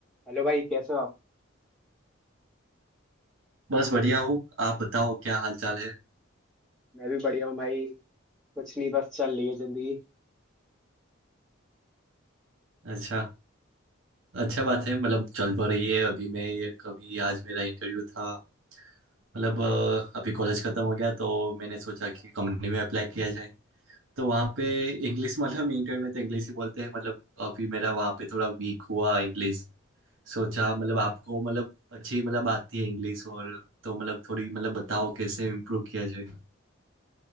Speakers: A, in the centre; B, on the right.
A: Hello भाई कैसे हो आप
B: बस बढ़िया हूँ आप बताओ क्या हाल चाल है
A: मैं भी बढ़िया हूँ भाई कुछ नहीं बस चल रही है जिंदगी
B: अच्छा अच्छा बात है मतलब चल तो रही है अभी मैं ये कभी आज मेरा इंटरव्यू था मतलब अ,
A: हम्म,
B: अभी कॉलेज खत्म हो गया तो मैंने सोचा कि कंपनी में अप्लाई किया जाए तो वहाँ पे
A: हम्म।
B: इंग्लिश मतलब इंटरव्यू <laughs> में तो इंग्लिश ही बोलते हैं मतलब अभी मेरा वहाँ पे थोड़ा वीक हुआ इंग्लिश सोचा मतलब आपको मतलब अच्छी मतलब आती है इंग्लिश और तो मतलब थोड़ी मतलब बताओ कैसे इम्प्रूव किया जाए